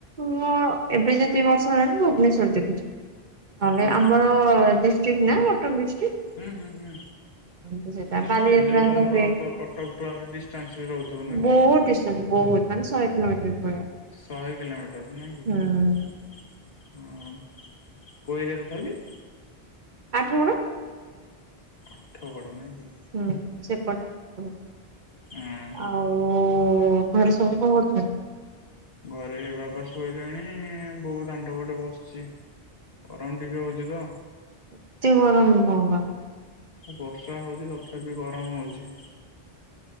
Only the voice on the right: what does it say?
ମୁଁ ଏବେ ଯେତିକି ବର୍ଷ ହେଲାଣିି ଭୁବନେଶ୍ଵର ଦେଖୁଛିି। ନହେଲେ
ଆମର ଡିଷ୍ଟ୍ରିକ୍ଟ ନା କଟକ ଡିଷ୍ଟ୍ରିକ୍ଟ।
ହୁଁ ସେଟା
ବାଲିଯାତ୍ରା
ହକା
ହୁଏ।
ବହୁତ ଡିଷ୍ଟାନ୍ସ ବହୁତ ମାନେ ଶହେ କିଲୋ ମିଟର ଭଳିଆ।
ହୁଁ
ଆଠଗଡ।
ହୁଁ ସେପଟେ ଆଠଗଡ଼।
ଆଉ ଓ ଘରେ ସବୁ କଣ କରୁଛନ୍ତି?
ଏତେ ଗରମ ନୁହଁ ବା।